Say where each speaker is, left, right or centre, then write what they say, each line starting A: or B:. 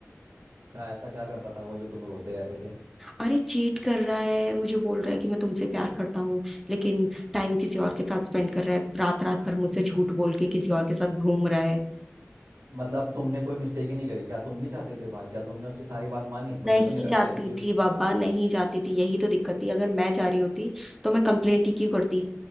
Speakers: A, on the right; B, in the centre.
A: अच्छा ऐसा क्या करता था वो जो तुम रोते रहते थे
B: अरे चीट कर रहा है मुझे बोल रहा है कि मैं तुमसे प्यार करता हूँ लेकिन टाइम किसी और के साथ स्पेंड कर रहा है रात रात भर मुझसे झूठ बोल के किसी और के साथ घूम रहा है
A: मतलब तुमने कोई मिस्टेक ही नहीं करी क्या तुम नहीं चाहते थे बाहर क्या तुमने उसकी सारी बात मानी
B: नहीं
A: मुझे तो नहीं लगता
B: जाती
A: कि जो
B: थी बाबा नहीं जाती थी यही तो दिक्कत थी अगर मैं जा रही होती तो मैं कंप्लेंट ही क्यों करती